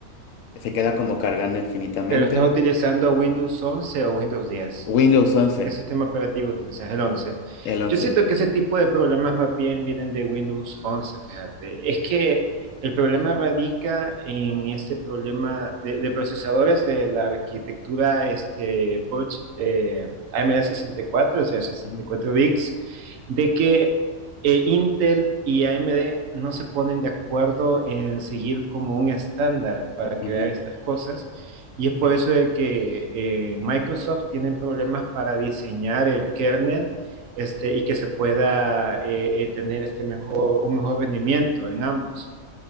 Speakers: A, on the left; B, on the right.
A: Se queda como cargando infinitamente.
B: Pero estás utilizando Windows once o Windows diez?
A: Windows once
B: ¿Qué sistema operativo utilizas? El 11?
A: el once
B: Yo siento que ese tipo de problemas más bien vienen de Windows once. fíjate. Es que el problema radica en este problema de, de procesadores de la arquitectura este, por och- eh, AMD 64, o sea, 64
A: Ujú,
B: bits, de que eh, Intel y AMD no se ponen de acuerdo en seguir como un estándar para crear
A: ujú.
B: estas cosas. Y es por eso de que eh, Microsoft tienen problemas para diseñar el kernel este, y que se pueda eh, eh, tener este mejor, un mejor rendimiento en ambos.